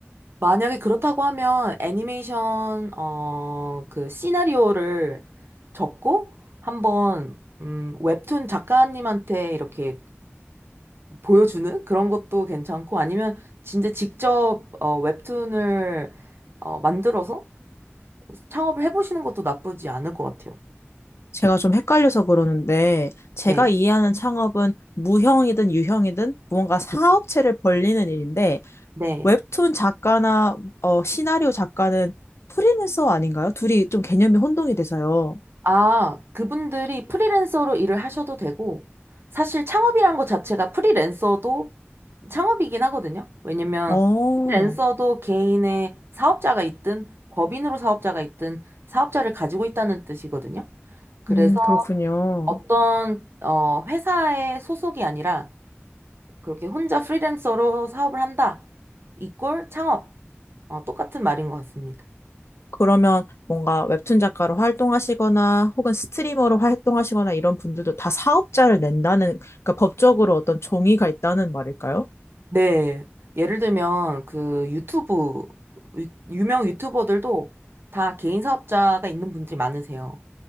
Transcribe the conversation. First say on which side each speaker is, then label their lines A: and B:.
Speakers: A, on the right; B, on the left.
A: 만약에 그렇다고 하면 애니메이션, 어, 그 시나리오를 적고 한번, 음, 웹툰 작가님한테 이렇게 보여주는 그런 것도 괜찮고 아니면 진짜 직접, 어, 웹툰을, 어, 만들어서 창업을 해보시는 것도 나쁘지 않을 것 같아요.
B: 제가 좀 헷갈려서 그러는데, 제가
A: 네.
B: 이해하는 창업은 무형이든 유형이든 무언가 사업체를 벌리는 일인데,
A: 네.
B: 웹툰 작가나 어, 시나리오 작가는 프리랜서 아닌가요? 둘이 좀 개념이 혼동이 돼서요.
A: 아, 그분들이 프리랜서로 일을 하셔도 되고, 사실 창업이란 것 자체가 프리랜서도 창업이긴 하거든요. 왜냐면
B: 어,
A: 프리랜서도 개인의 사업자가 있든 법인으로 사업자가 있든 사업자를 가지고 있다는 뜻이거든요. 그래서
B: 음, 그렇군요.
A: 어떤 어, 회사의 소속이 아니라 그렇게 혼자 프리랜서로 사업을 한다. 이꼴 창업. 어, 똑같은 말인 것 같습니다.
B: 그러면 뭔가 웹툰 작가로 활동하시거나 혹은 스트리머로 활동하시거나 이런 분들도 다 사업자를 낸다는, 그러니까 법적으로 어떤 종이가 있다는 말일까요?
A: 네. 예를 들면 그 유튜브 유- 유명 유튜버들도 다 개인 사업자가 있는 분들이 많으세요.